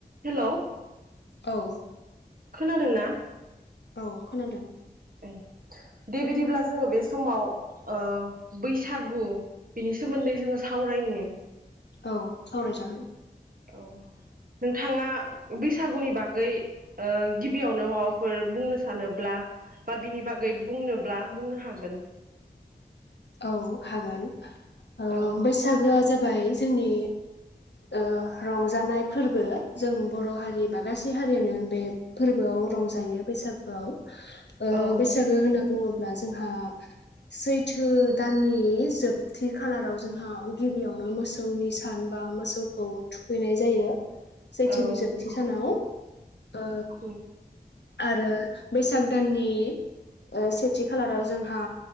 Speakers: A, on the right; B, on the left.
A: Hello
B: औ
A: खोनादों ना?
B: औ खोनादों
A: ए दे बिदिब्ला जोङो बे समाव ओ बैसागु बिनि सोमोन्दै जोङो सावरायनि
B: औ सावरायजागोन
A: औ नोंथाङा बैसागुनि बागै ओ गिबियावनो माबाफोर बुंनो सानोब्ला बा बिनि बागै बुंनोब्ला बुंनो हागोन
B: औ हागोन ओ
A: औ
B: बैसागुआ जाब बाय जोंनि ओ रंजानाय फोरबो जों बर' हारि बा गासै हारियानो बे फोरबोआव रंजायो बैसागुआव ओ
A: औ
B: बैसागु होनो बुङोब्ला जोंहा सैथ थो दाननि जोबथि खालाराव जोंहा गिबियावनो मोसौनि सान बा मोसौखौ थुखैनाय जायो सैथोनि
A: औ
B: जोबथि
A: नंगौ
B: सानाव ओ
A: उम
B: आरो बैसाग दाननि ओ सेथि खालाराव जोंहा